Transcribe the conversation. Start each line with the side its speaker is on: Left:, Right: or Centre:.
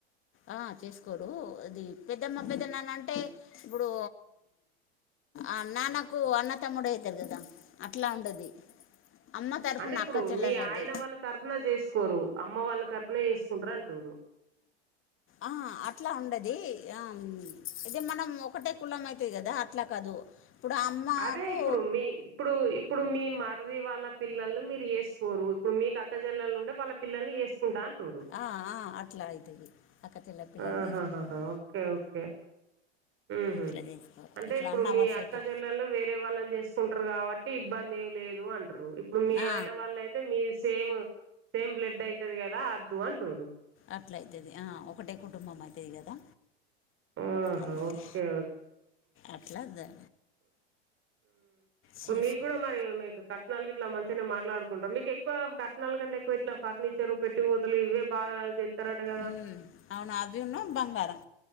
Left: ఆ చేసుకోరు అది పెద్దమ్మ పెద్దనాన్న అంటే ఇప్పుడు ఆ నాన్నకు అన్నతమ్ముడు అవుతారు కదా అట్లా ఉండది అమ్మ తరపునా
Right: అంటే ఇప్పుడు
Left: అక్క చెల్లెల్ల
Right: మీ
Left: అది
Right: ఆయన వాళ్ళ తరపున చేసుకోరు అమ్మ వాళ్ళ తరపున చేసుకుంటారు అంటురు
Left: ఆ అట్లా ఉండది ఆ ఇతే మనం ఒకటే కులం అయితది కదా అట్లా కాదు ఇప్పుడు అమ్మకు
Right: అదే ఇప్పుడు మీ ఇప్పుడు ఇప్పుడు మీ మరది వాళ్ళ పిల్లల్ని మీరు చేసుకోరు ఇప్పుడు మీ అక్కజల్లలు ఉంటే వాళ్ళ పిల్లల్ని చేసుకో కుంట అంటుర్రు
Left: ఆ ఆ అట్లా అయితది అక్క చెల్లె పిల్లల్ని
Right: ఆహాహాహా
Left: తీసుకుంటారు
Right: ఓకే ఓకే ఉ హమ్
Left: ఇట్లా చేసుకోరు
Right: అంటే
Left: ఇట్లా
Right: ఇప్పుడు
Left: అన్న
Right: మీ
Left: వరుస
Right: అక్క
Left: అయితే
Right: చెల్ల వేరే వాళ్ళని చేసుకుంటారు కాబట్టి ఇబ్బంది ఏం లేదు అంటారు ఇప్పుడు మీ
Left: ఆ
Right: ఆయన వాళ్ళ అయితే మీ సేమ్ సేమ్ బ్లడ్ అవుతుది కదా అద్దు అంటూారు
Left: అట్లా అయితది ఆ ఒకటే కుటుంబం అయి తది కదా
Right: ఆహా
Left: అందుకే
Right: ఓకే
Left: అట్లా ద చేసుకోరు
Right: ఉం మీకు కూడా మరి మీకు కట్నాలకి ఇట్లా మంచిగానే మాట్లాడుకుంటాం మీకు ఎక్కువ కట్టనాల కంటే ఎక్కువ ఇట్లా ఫర్నిచర్ పెట్ పెట్టిపోతలు ఇవే బాగా చెతారట కదా
Left: ఉమ్, అవును అవి ఉన్న బంగారం